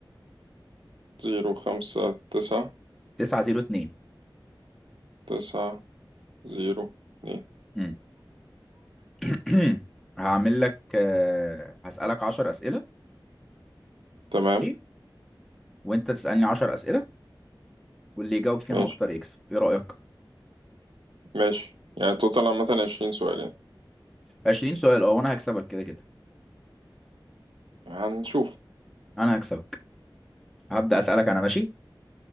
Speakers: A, on the right (about 80°); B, in the centre.
A: زيرو خمسة تسعة
B: 902
A: تسعة زيرو اتنين
B: امم <clears throat> هعمل لك آه، هسألك 10 اسئله
A: تمام
B: ماشي وانت تسألني 10 اسئله واللي يجاوب فينا
A: ماشي
B: اكتر يكسب ايه رأيك
A: ماشي يعني توتال عامة عشرين سؤال يعني
B: 20 سؤال اه وانا هكسبك كده كده
A: هنشوف
B: انا هكسبك هبدأ أسألك أنا ماشي